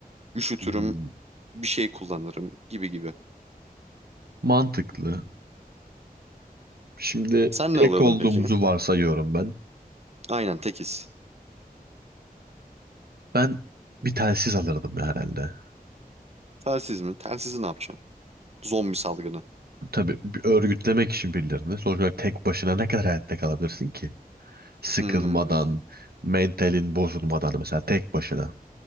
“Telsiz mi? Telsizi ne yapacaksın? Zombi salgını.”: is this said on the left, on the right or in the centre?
Right